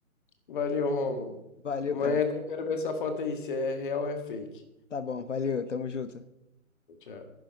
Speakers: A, on the left; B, on the left.
A: Valeu, Rômulo.
B: Valeu,
A: Amanhã
B: cara.
A: eu quero ver essa foto aí, se é real ou é fake.
B: Tá bom, valeu, tamo junto.
A: Tchau.